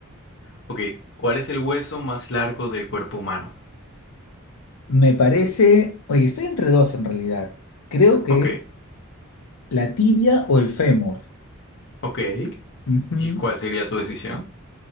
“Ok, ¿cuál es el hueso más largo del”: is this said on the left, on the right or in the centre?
Left